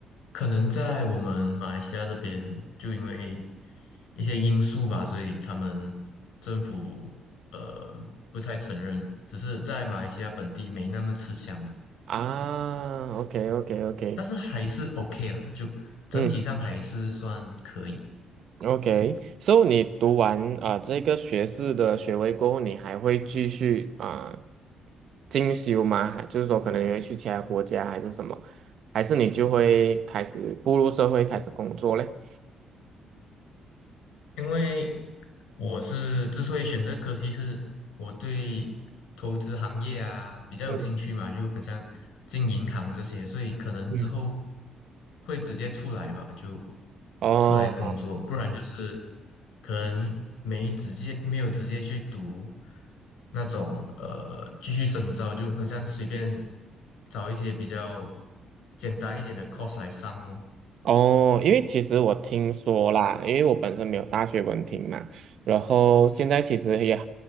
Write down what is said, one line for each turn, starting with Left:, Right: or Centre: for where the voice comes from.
Left: 可能在我们马来西亚这边，就因为一些因素吧，所以他们政府呃不太承认，只是在马来西亚本地没那么吃香，
Right: 啊，OK OK OK，
Left: 但是还是 OK 啦，就整体上还是算可以。
Right: 嗯。OK，so 你读完啊、呃这个学士的学位过后，你还会继续啊、呃进修吗？还就是说，可能你会去其他国家还是什么？还是你就会开始步入社会开始工作嘞？
Left: 因为我是之所以选择科系，是我对投资行业啊比较有兴趣嘛，
Right: 嗯
Left: 就很像进银行这些，所以可能之后
Right: 嗯，
Left: 会直接出来吧，就
Right: 哦
Left: 出来工作，不然就是可能没直接没有直接去读那种呃继续深造，就很像随便找一些比较简单一点的 course 来上哦，
Right: 哦，因为其实我听说啦，因为我本身没有大学文凭嘛，然后现在其实也，